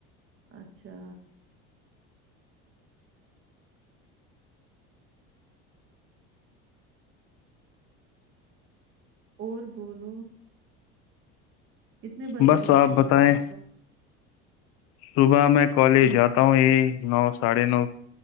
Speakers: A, on the right (about 45°); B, on the left (about 55°).
A: اچھا اور بولو کتنے بجے
B: بس
A: جاتے ہو
B: بتائیں
A: آپ صبح
B: صبح میں کالج جاتا ہوں یہ نو ساڑھے نو